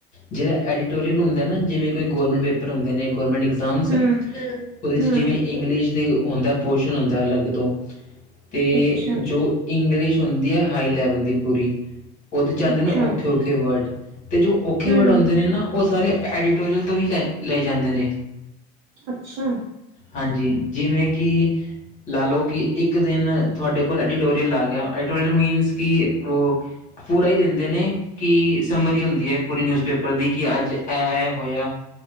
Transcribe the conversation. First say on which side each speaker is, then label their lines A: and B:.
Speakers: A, on the left; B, on the right.
A: ਜਿਹੜਾ ਐਡੀਟੋਰੀਅਲ ਹੁੰਦਾ ਨਾ ਜਿਵੇਂ ਕੋਈ ਗੌਰਮੈਂਟ ਪੇਪਰ ਹੁੰਦੇ ਨੇ। ਗੌਰਮੈਂਟ ਐਗਜ਼ਾਮਸ
B: ਹਮ
A: ਉਹਦੇ ਵਿੱਚ
B: ਹਮ
A: ਜਿਵੇਂ ਇੰਗਲਿਸ਼ ਦੇ ਹੁੰਦਾ ਪੋਸ਼ਣ ਹੁੰਦਾ ਅਲੱਗ ਤੋਂ ਅਤੇ
B: ਅੱਛਾ
A: ਜੋ ਇੰਗਲਿਸ਼, ਹੁੰਦੀ ਹੈ ਹਾਈ ਲੈਵਲ ਦੀ ਪੂਰੀ, ਉਹਦੇ ਚ ਜਾਂਦੇ
B: ਅੱਛਾ
A: ਨੇ ਔਖੇ ਔਖੇ ਵਰਡ, ਤੇ ਜੋ ਔਖੇ
B: ਹਮ
A: ਵਰਡ ਆਦੇ ਨੇ ਨਾ ਉਹ ਸਾਰੇ, ਐਡੀਟੋਰੀਅਲ ਤੋਂ ਹੀ ਲੈ ਲਏ ਜਾਂਦੇ ਨੇ,
B: ਅੱਛਾ
A: ਹਾਂਜੀ ਜਿਵੇਂ ਕਿ ਲਾ ਲਓ ਕਿ ਇੱਕ ਦਿਨ ਤੁਹਾਡੇ ਕੋਲ ਐਡੀਟੋਰੀਅਲ ਆ ਗਿਆਡੀਟੋਰੀਅਲ ਮੀਨਸ ਕਿ ਉਹ ਪੂਰਾ ਹੀ ਦਿੰਦੇ ਨੇ ਕਿ ਸਮਰੀ ਹੁੰਦੀ ਹੈ ਪੂਰੀ ਨਿਊਜ਼ ਪੇਪਰ ਦੀ ਕਿ ਅੱਜ ਇਹ ਹੋਇਆ।